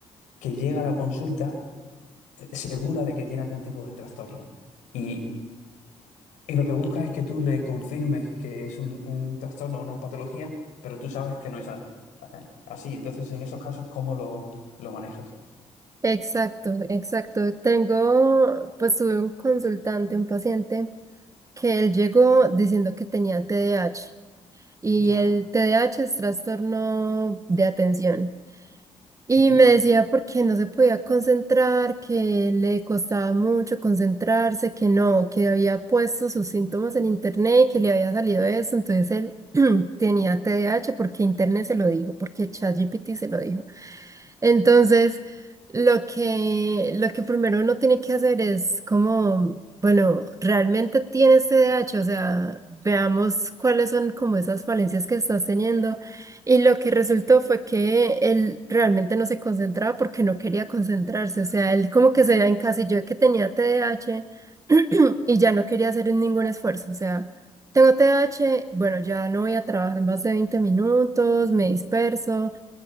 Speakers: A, on the left (about 85°); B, on the right (about 25°).
A: que llega a la consulta segura de que tiene algún tipo de trastorno. Y, y lo que busca es que tú le confirmes que es un, un trastorno, una patología, pero tú sabes que no es a- a- así. Entonces, en esos casos, ¿cómo lo, lo manejas?
B: Exacto, exacto. Tengo, pues tuve un consultante, un paciente que él llegó diciendo que tenía TDAH. y
A: Ya.
B: el T D A H es trastorno de atención. Y
A: Ujú.
B: me decía porque no se podía concentrar, que le costaba mucho concentrarse, que no, que había puesto sus síntomas en internet y que le había salido eso. Entonces él <clears throat> tenía T D A H porque internet se lo dijo, porque ChatGPT se lo dijo. Entonces, lo que, lo que primero uno tiene que hacer es como bueno, realmente tienes T D A H, o sea, veamos cuáles son como esas falencias que estás teniendo. Y lo que resultó fue que él realmente no se concentraba porque no quería concentrarse, o sea, él como que se encasilló de que tenía T D A H <clears throat> y ya no quería hacer ningún esfuerzo, o sea, tengo T D A H, bueno, ya no voy a trabajar más de 20 minutos, me disperso.